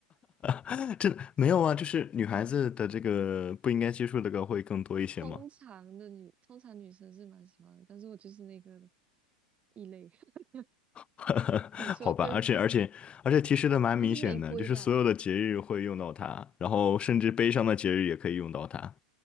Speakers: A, on the left; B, on the right.
A: 啊这没有啊，就是女孩子的这个不应该接触的歌会更多一些吗？
B: 通常的女，通常女生是蛮喜欢的，但是我就是那个异类。<laughs>
A: <laughs>
B: 对，所以我对
A: 好吧，而且而且而且提示的蛮明显的，
B: 不是玫瑰吧？
A: 就是所有的节日会用到它，然后甚至悲伤的节日也可以用到它。